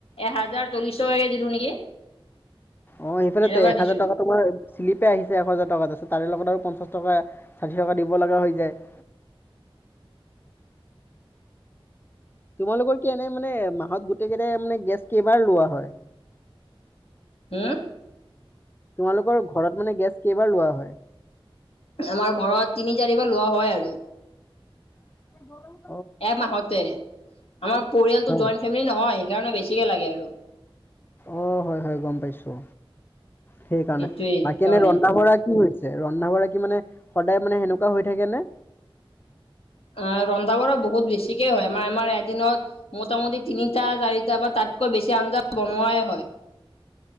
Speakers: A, on the left; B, on the left.
A: এহাজাৰ চল্লিশ টকাকে দিলো নেকি
B: অ সেইফালে
A: এনেকুৱা
B: ত একহাজাৰ
A: দিছো
B: টকা তোমাৰ শ্লিপে আহিছে একহাজাৰ টকাত দেছোন তাৰে লগত আৰু পঞ্চাছ টকা ষাঠি টকা দিব লগা হৈ যায় <inaudible> তোমালোকৰ কি এনে মানে মাহত গোটেই কেইটাই মানে গেছ কেইবাৰ লোৱা হয়
A: হম
B: তোমালোকৰ ঘৰত মানে গেছ কেইবাৰ লোৱা হয়
A: আমাৰ ঘৰত তিনি চাৰিবাৰ লোৱা হয় আৰু
B: <unintelligible>
A: এমাহতে আমাৰ পৰিয়ালটো
B: হয়।
A: জইণ্ট ফেমিলি নহয় সেইকাৰণে বেছিকে লাগে আৰু
B: অ হয় হয় গম পাইছো সেইকাৰণে
A: সেইটোৱে
B: বাকী
A: সেইকাৰণে
B: এনে ৰন্ধা বঢ়া কি হৈছে ৰন্ধা বৰা কি মানে সদায় মানে সেনেকোৱা হৈ থাকে নে
A: অ ৰন্ধা বঢ়া বহুত বেছিকে হয় আমাৰ আমাৰ এদিনত মোটামুটি তিনিটা চাৰি টা বা তাতকৈ বেছি আঞ্জা বনোৱাই হয়